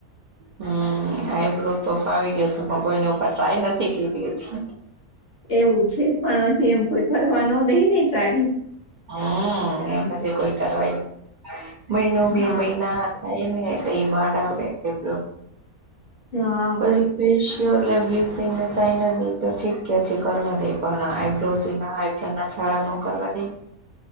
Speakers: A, on the right (about 75°); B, on the left (about 60°).
A: હમ આઈબ્રો તો ફાવી ગયો છે પણ કોઈને ઉપર ટ્રાય નથી કરી હજી.
B: એવું છે પણ હજી એમ કોઈ કરવા નો દેય ને ટ્રાય.
A: હમ એમ જે કોઈ કરવાય મહિનો બે
B: હા
A: મહિના. થાય નહી તોઈ માંડ આવડે આઈબ્રો.
B: હા.
A: પછી ફેશિયલ બ્લીસિંગ ને સાઇન ની તો ઠીક ક્યાથી કરવા દે પણ આઈબ્રોઝ. ના ચાળા ન કરવા દઈ.